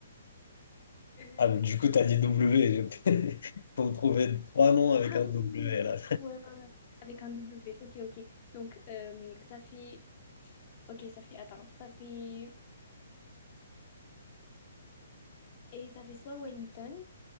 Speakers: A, on the left; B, on the left.
A: Euh,
B: Ah, mais du
A: c'est-
B: coup, t'as dit W. <laughs> Faut me trouver trois noms avec
A: ah
B: un W,
A: oui,
B: là.
A: ouais, ouais, ouais, avec un W. Ok, ok. Donc, euh, ça fait, ok, ça fait, attends, ça fait, et ça fait soit Wellington,